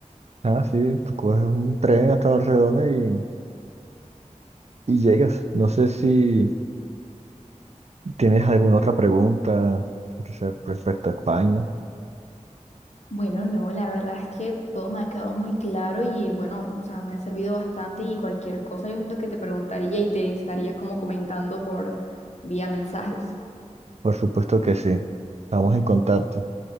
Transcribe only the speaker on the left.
Bueno, no, la verdad es que todo me ha quedado muy claro y bueno, o sea, me ha servido bastante y cualquier cosa yo siento que te preguntaría y te estaría como comentando por vía mensajes.